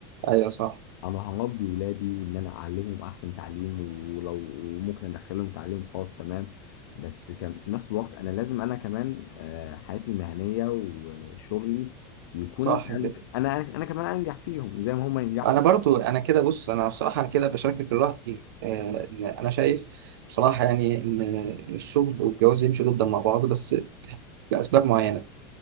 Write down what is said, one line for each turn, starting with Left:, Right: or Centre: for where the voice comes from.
Right: أيوة صح
Left: انا هربي ولادي وان انا اعلمهم احسن تعليم ولو وممكن ادخلهم تعليم خاص تمام بس كان في نفس الوقت انا لازم انا كمان آه، حياتي المهنيه وشغلي يكون
Right: صح كده
Left: انا انا أنا كمان انجح فيهم زي ما هم ينجحوا
Right: انا برضو انا كده بص انا بصراحه كده بشاركك الراي آه، إن انا شايف بصراحه يعني ان الشغل والجواز يمشوا جدا مع بعض بس لاسباب معينه